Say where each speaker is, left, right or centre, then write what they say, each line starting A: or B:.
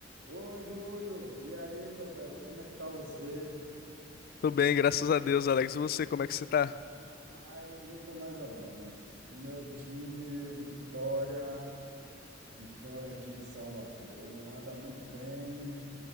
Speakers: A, on the right (about 75°); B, on the left (about 50°).
A: Oi, Júlio. E aí, meu velho, como é que tá você?
B: Tô bem, graças a Deus, Alex. E você, como é que você tá?
A: Rapaz, eu tô mais ou menos. Meu time, o Vitória, Vitória aqui de Salvador, não anda muito bem.